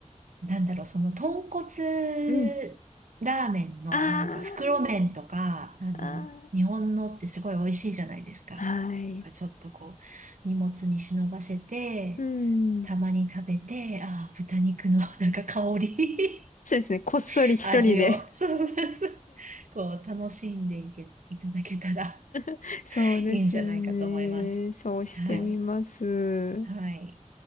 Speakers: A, on the right; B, on the left.
A: なんだろう、その豚骨ラーメンのなんか袋麺とか、
B: うん。あー
A: あの、
B: あー。
A: 日本のってすごい美味しいじゃないですか。
B: はい。
A: なんかちょっとこう、荷物に忍ばせて、
B: うん。
A: たまに食べて、ああ、豚肉のなんか香り
B: そうですね。こっそり一人で
A: 味を、<laughs> そうそうそうそう、こう、楽しんでいけ、いただけたら
B: <laughs> そうですね。
A: いいんじゃないかと思います。
B: そうしてみます。
A: はい。はい。